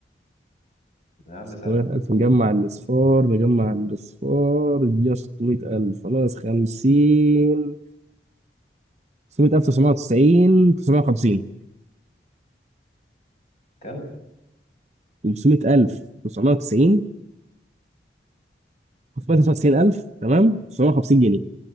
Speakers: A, on the left (about 40°); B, on the right (about 40°).
A: يا عم
B: 600000
A: سهل
B: نجمع الأصفار نجمع الأصفار يدينا 600000 ناقص 50 600000 990 950
A: كم؟
B: و600000 990 599000 تمام 950 جنيه